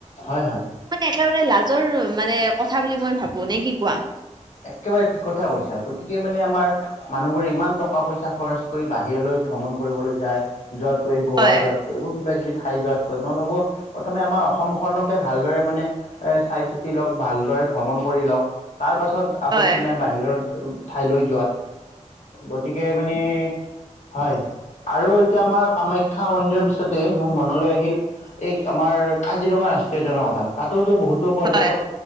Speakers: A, on the left; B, on the right.
A: হয়-হয়।
B: মানে একেবাৰে লাজৰ মানে কথা বুলি মই ভাবো, নে কি কোৱা? <inaudible>
A: একেবাৰে ঠিক কথা কৈছা আৰু গতিকে মানে আমাৰ <unintelligible> মানুহবোৰে ইমান টকা-পইচা খৰচ কৰি বাহিৰলৈ ভ্ৰমণ কৰিবলৈ যায়, যোৱাতকৈ গোৱা
B: হয়
A: যোৱাত <inaudible> এইবোৰ কিবাকিবি ঠাই যোৱাতকৈ মই ভাবোঁ প্ৰথমে আমাৰ অসমখনকে ভালদৰে মানে <inaudible> এ চাই-চিতি লওক, ভালদৰে ভ্ৰমণ কৰি লওক, তাৰ পাছত <inaudible> আপত্তি
B: হয়
A: নাই বাহিৰৰ ঠাইলৈ যোৱাত। গতিকে মানে <inaudible> হয় আৰু এতিয়া আমাৰ কামাখ্যা মন্দিৰৰ পিছতে মোৰ মনলৈ আহিল <inaudible> এই আমাৰ কাজিৰঙা ৰাষ্ট্ৰীয় উদ্যানৰ কথা তাতো তো বহুত <unintelligible> <unintelligible> পৰ্যটক
B: হয়